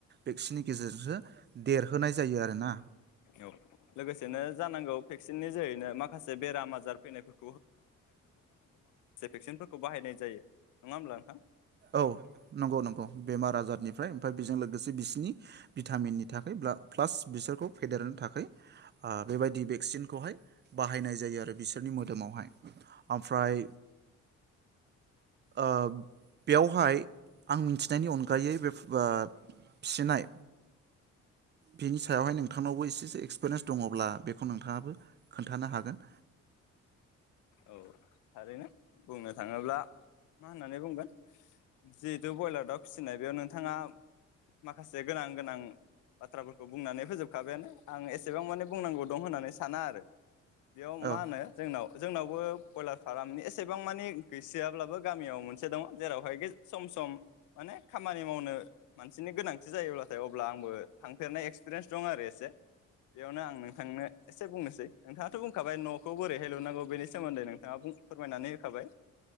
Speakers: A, on the right; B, on the left.
A: भेक्सिननि गेजेरजोंसो देरहोनाय जायो आरोना
B: औ। लोगोसेनो जानांगौ भेक्सिननि जोहैनो माखासे बेराम आजार फैनाय फोरखौ भेक्सिनफोरखौ बाहायनाय जायो नङा होमब्ला नोंथां
A: औ नंगौ नंगौ
B: औ
A: बेमार आजारनिफ्राय लोगोसे बिसोरनि भिटामिननि थाखाय प्लास बिसोरखौ फेदेरनो थाखाय बेबायदि भेक्सिनखौहाय बाहायनाय जायो आरो बिसोर मोदोमावहाय। ओमफ्राय ओ बेयावहाय आं मिथिनायनि अनगायै बे फिसिनाय बिनि सायावहाय नोंथांनावबो एसेसो एक्सपिरियेन्स दङब्ला बेखौ नोंथाङाबो खोन्थानो हागोन
B: औ थारैनो बुंनो थाङोब्ला मा होननानै बुंगोन जेद ज ब्रयलार दाव फिसिनाय बेयाव नोंथाङा माखासे गोनां गोनां बाथ्राफोरखौ बुंनानै फोजोबखाबायानो आं एसेबां माने बुंनांगौ दं होननानै साना आरो बेयाव
A: औ औ
B: मा होनो जोंनाव जोंनावबो ब्रयलार फार्मनि एसेबां मानि गैसोयाब्लाबो गामियाव मोनसे दङ जेरावहाय गेज सम सम माने खामानि मावनो मानसिनि गोनांथि जायोब्लाथाय अब्ला आंबो थांफेरनाय एक्सपिरियेन्स दं आरो एसे बेयावनो आं नोंथांनो एसे बुंनोसै नोंथाङाथ बुंखाबाय न'खौ बोरैहाय लुनांगौ बेनि सोमोन्दै नोंथाङा बुं फोरमायनानै होखाबाय